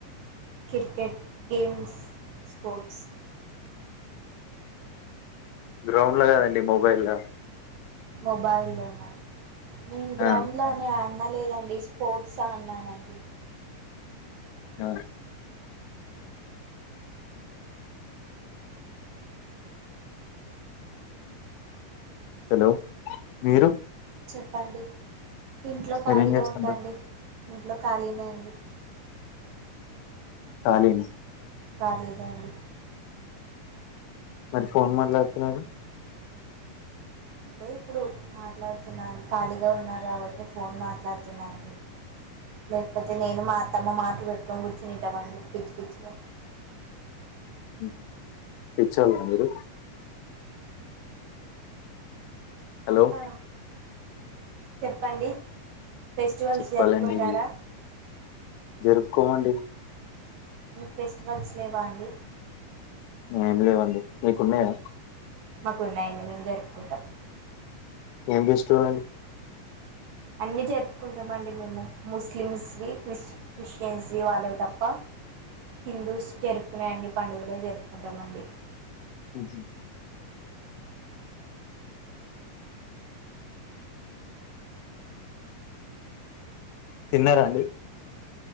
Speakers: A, on the right; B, on the left.
A: క్రికెట్ గేమ్స్ స్పోర్ట్స్
B: గ్రౌండ్ల కదండి మొబైలు
A: మొబైల్ లోనే నేను గ్రౌండ్
B: ఆ
A: లనే అన్ అనలేదండి స్పోర్ట్స్ ఆ అన్నానండి
B: ఆ హలో మీరు
A: చెప్పండి ఇంట్లో ఖాళీగా
B: మీరేం చేస్తుంటారు
A: ఉంట అండి ఇంట్లో ఖాళీనే అండి
B: ఖాళీనే
A: కాలేదా అండి
B: మరి ఫోన్ మట్లాడుతున్నారు
A: అంటే ఇప్పుడు మాట్లాడుతున్నా ఖాళీగా ఉన్నా కాబట్టే ఫోన్ మాట్లాడుతున్నా అండి లేక్ పోతే నేన్ మా అతమ్మ మాటలు పెట్టుకొని కూర్చునింటమండి పిచ్చి పిచ్చిగా
B: ఉ పిచ్చోలా మీరు హలో
A: హా చెప్పండి ఫెస్టివల్స్
B: చెప్పాలండి
A: జరుపుకుంటారా
B: జరుపుకోమండి
A: ఉ ఫెస్టివల్స్ లేవా అండి
B: ఏం లేవండి మీకున్నయా
A: మాకున్నాయడి మేం జరుపుకుంటాం
B: ఏం బెస్ట్ ఊ అండి
A: అన్ని జరుపుకుంటామండి మేము ముస్లిమ్స్వి క్రిస్ క్రిస్టియన్స్వి వాళ్ళవి తప్ప హిందూస్ జరుపుకునే అన్ని పండుగలు జరుపుకుంటామండి.
B: ఉహు తిన్నరా అండి